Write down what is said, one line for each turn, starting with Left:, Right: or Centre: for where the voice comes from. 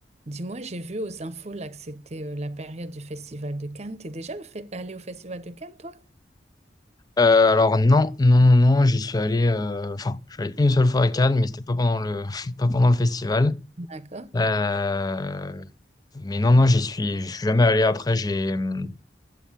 Right: Dis-moi, j'ai vu aux infos là que c'était euh, la période du Festival de Cannes. T'es déjà au fait- allé au Festival de Cannes, toi?
Left: Euh, alors non, non, non, non, j'y suis allé, euh, enfin, je suis allé une seule fois à Cannes, mais c'était pas pendant le, <laughs> pas pendant le festival.
Right: D'accord.
Left: Euh, mais non, non, j'y suis, je suis jamais allé. Après, j'ai, hum,